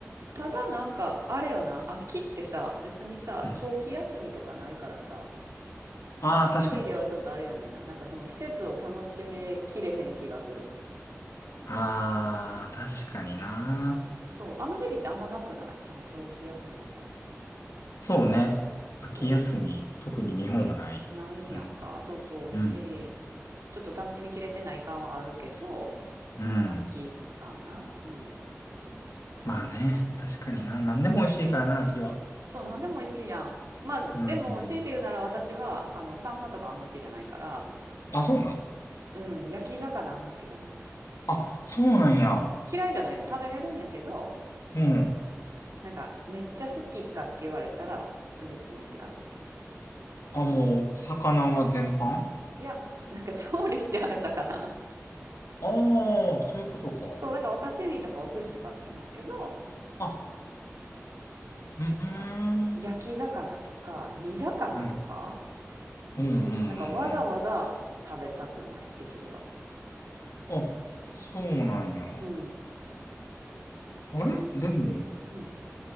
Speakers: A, on the right; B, on the left.
A: ただなんか、あれよな、秋ってさ、別にさ、
B: うん。
A: 長期休みとかないからさ、そういう意味ではちょっとあれやねんな。
B: ああ、確かに。
A: なんかその季節を楽しめきれへん気がする。
B: ああ、確かにな。
A: そう、あの時期ってあんまなくないその長期休みみたいな。
B: そうね。秋休み、
A: そ
B: 特に日本はない。
A: う、ないやんか。
B: うん。
A: そうそう。
B: うん。
A: やし、ちょっと楽しみきれてない感はあるけど、
B: うん。
A: 秋かな。うん。
B: まあね、確かにな。何でも美味しいからな、秋は。
A: そう、なんでも美味しいやん。まあ、でも、
B: うん。
A: 強いて言うなら私は、あの、サンマとかあんま好きじゃないから、
B: あ、そうなん
A: うん、焼き魚あんま好きじゃないねん。
B: あ、そうなんや。
A: 嫌いじゃないで食べれるんやけど、
B: うん。
A: なんか、めっちゃ好きかって言われたら、別にって感じ。
B: あ、もう、魚は全般あ
A: いや、なんか調理してある魚。
B: あー、そういうことか。
A: そう、だからお刺身とかお寿司とか好きなんやけど、
B: あ、うーん。
A: なんか、焼き魚とか、煮魚とか、
B: うん。うんうんう
A: なんかわざわざ食べたくない、
B: んう
A: できれば。
B: ん。あ、そうなんや。
A: うん。
B: あれでも、
A: でも、うん、うん。